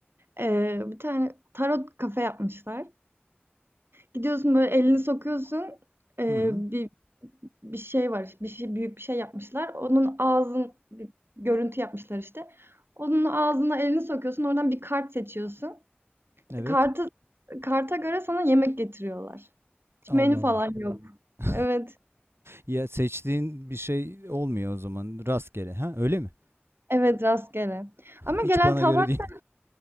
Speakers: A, on the right; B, on the right.
A: Eee, bir tane tarot kafe yapmışlar. Gidiyorsun, böyle, elini sokuyorsun, eee,
B: Hı,
A: bir bir şey var, bir şey büyük bir şey yapmışlar. Onun ağzın bir görüntü yapmışlar işte. Onun ağzına elini sokuyorsun, oradan bir kart seçiyorsun.
B: evet.
A: Kartı karta göre sana yemek getiriyorlar. Hiç
B: Allah
A: menü
B: Allah.
A: falan yok.
B: <laughs>
A: Evet.
B: Ya seçtiğin bir şey olmuyor o zaman rastgele. Ha öyle mi?
A: Evet, rastgele. Ama
B: Hiç
A: gelen
B: bana
A: tabak
B: göre değil.